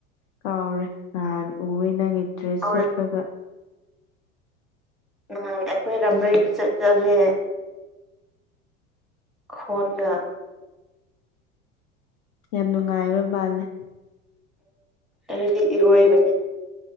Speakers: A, on the left; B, in the centre.
A: ꯀꯥꯎꯔꯦ ꯅꯍꯥꯟ ꯎꯏꯦ ꯅꯪꯒꯤ ꯗ꯭ꯔꯦꯁ
B: ꯍꯣꯏ
A: ꯁꯦꯠꯂꯒ
B: ꯅꯍꯥꯟ ꯑꯩꯈꯣꯏ ꯔꯝꯩꯗꯨ ꯆꯠ ꯆꯠꯂꯦ ꯈꯣꯟꯅ
A: ꯌꯥꯝ ꯅꯨꯡꯉꯥꯏꯕ ꯃꯥꯜꯂꯦ
B: ꯎꯝ ꯍꯥꯏꯗꯤ ꯏꯔꯣꯏꯕꯅꯦ